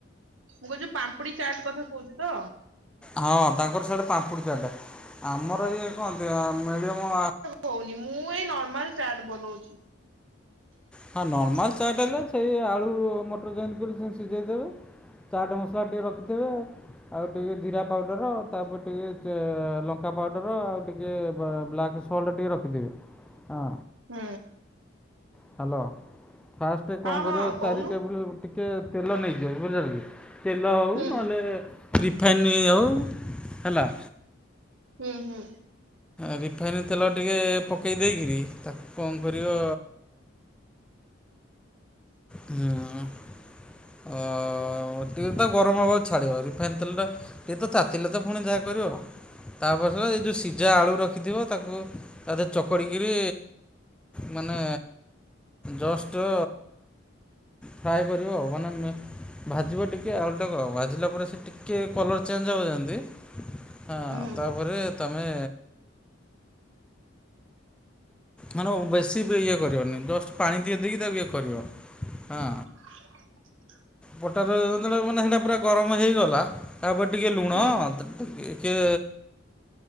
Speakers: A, on the right; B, in the centre.
A: ମୁଁ କହୁଛୁ ପାମ୍ପୁଡି ଚାଟ୍ କଥା କହୁଛି ତ।
B: ହଁ ତାଙ୍କର ସିଆଡେ ପାମ୍ପୁଡ଼ି ଚାଟ ଆମର ଇଏ କୁହନ୍ତି ମିଡ଼ିୟମ
A: ହଉନି ମୁଁ ଏଇ ନର୍ମାଲ ଚାଟ ବନଉଚି।
B: ହଁ ନର୍ମାଲ ଚାଟ୍ ହେଲେ ସେଇ ଆଳୁ ମଟର ଯେମିତି କରି ସେ ସିଝେଇ ଦେବେ। ଚାଟ ମସଲା ଟିକେ ରଖିଥିବେ ଆଉ ଟିକେ ଜିରା ପାଉଡର ତାପରେ ଟିକେ ଚେ ଲଙ୍କା ପାଉଡର ଆଉ ଟିକେ ବା -ବ୍ଲାକ୍ ସଲ୍ଟ ଟିକେ ରଖିଥିବେ ହଁ
A: ହୁଁ।
B: ହ୍ୟାଲୋ ଫାଷ୍ଟରେ
A: ହଁ
B: କଣ କରିବ
A: ହଁ କହୁନୁ
B: ଚାରି ଟେବୁଲ ଟିକେ ତେଲ ନେଇଯିଅ ବୁଝିପାରିଲ କି? ତେଲ ହେଉ
A: ହୁଁ
B: ନହେଲେ ରିଫାଇନ୍ ହେଉ ହେଲା।
A: ହୁଁ ହୁଁ
B: ରିଫାଇନ୍ ତେଲ ଟିକେ ପକାଇ ଦେଇକରି ତାକୁ କଣ କରିବ। ହୁଁ ଅ ହଁ ଟିକି ତା ଗରମ ହେବା ଛାଡ଼ିବ ରିଫାଇନ୍ ତେଲଟା ଟିକେ ତ ତାତିଲେ ତ ପୁଣି ଯାହା କରିବ ଆଉ ତାପର ଦିନ ଏ ଯେଉଁ ସିଝା ଆଳୁ ରଖିଥିବ ତାକୁ ତା ଦେହରେ ଚକଡ଼ିକରି ମାନେ ଜଷ୍ଟ ଫ୍ରାଏ କରିବ ଆଉ ମନେ ମୀ ଭାଜିବ ଟିକେ ଅଲୁଟାକୁ ଆଉ ଭାଜିଲା ପରେ ସେ ଟିକିଏ କଲର୍ ଚେଞ୍ଜ ହେବ ଯେମନ୍ତି। ହଁ
A: ହୁଁ
B: ତାପରେ ତମେ ମାନେ ବେଶୀ ବି ଇଏ କରିବନି ଜଷ୍ଟ ପାଣି ଟଏ ଦେଇକି ତାକୁ ଇଏ କରିବ ହଁ
A: <inaudible>
B: ପଟାର ଯେ ମାନେ ସେଟା ପୁରା ଗରମ ହେଇଗଲା ତାପରେ ଟିକେ ଲୁଣ
A: ହୁଁ
B: ଟିକେ କି